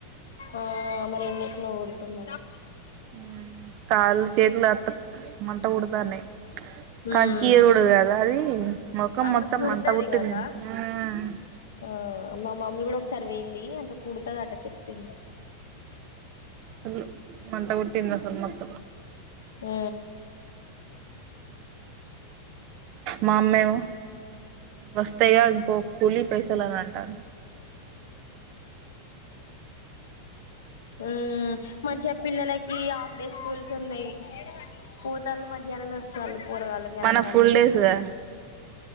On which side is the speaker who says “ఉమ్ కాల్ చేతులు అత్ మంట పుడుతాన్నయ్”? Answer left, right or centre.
Right